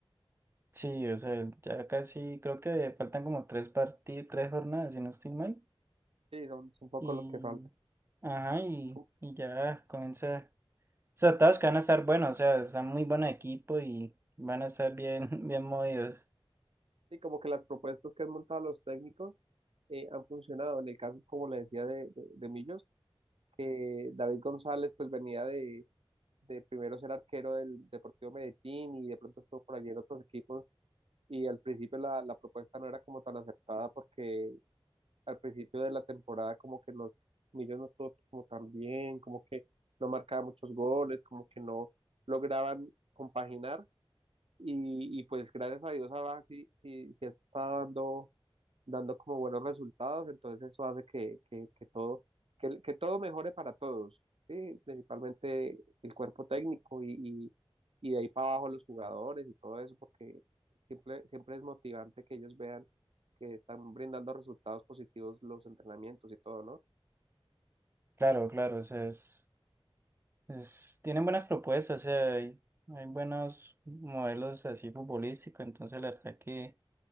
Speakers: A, on the right (about 25°); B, on the right (about 80°).
A: Sí, o sea, ya casi creo que faltan como tres partidos, tres jornadas, si no estoy mal.
B: Sí, son, son un poco
A: Y,
B: los que faltan.
A: ajá, y,
B: Como-
A: y ya comienza. O sea, todos que van a estar buenos, o sea, están muy buen equipo y van a estar bien, <laughs> bien movidos.
B: Sí, como que las propuestas que han montado los técnicos eh, han funcionado. En el caso, como le decía, de, de, de Millos, que David González pues venía de, de primero ser arquero del Deportivo Medellín y de pronto estuvo por allí en otros equipos y al principio la, la propuesta no era como tan aceptada porque al principio de la temporada como que los Millos no estuvo como tan bien, como que no marcaba muchos goles, como que no lograban compaginar y, y pues gracias a Dios ahora sí, sí, sí está dando dando como buenos resultados, entonces eso hace que, que, que todo, que, el- que todo mejore para todos, ¿sí? Principalmente el cuerpo técnico y, y, y de ahí para abajo los jugadores y todo eso, porque siempre, siempre es motivante que ellos vean que están brindando resultados positivos los entrenamientos y todo, ¿no?
A: Claro, claro, o sea, es, es- tienen buenas propuestas, o sea, hay, hay buenos modelos así futbolísticos, entonces la verdad que